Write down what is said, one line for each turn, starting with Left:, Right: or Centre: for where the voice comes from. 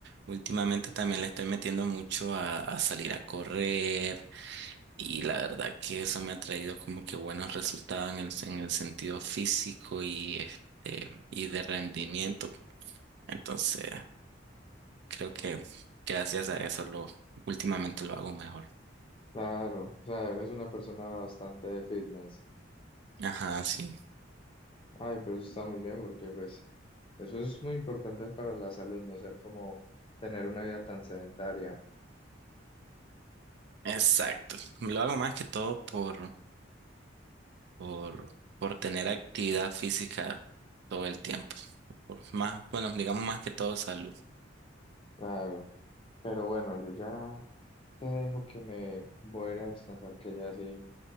Right: últimamente también le estoy metiendo mucho a, a salir a correr y la verdad que eso me ha traído como que buenos resultados en el, en el sentido físico y, este, y de rendimiento. Entonces, creo que gracias a eso lo, últimamente lo hago mejor.
Left: Claro, o sea, eres una persona bastante fitness.
Right: Ajá, sí.
Left: Ay, pero eso está muy bien porque pues eso es muy importante para la salud, no ser como tener una vida tan sedentaria.
Right: Exacto. Lo hago más que todo por, por, por tener actividad física todo el tiempo. Por más, bueno, digamos más que todo salud.
Left: Claro, pero bueno, yo ya te dejo que me voy a ir a descansar, que ya sí.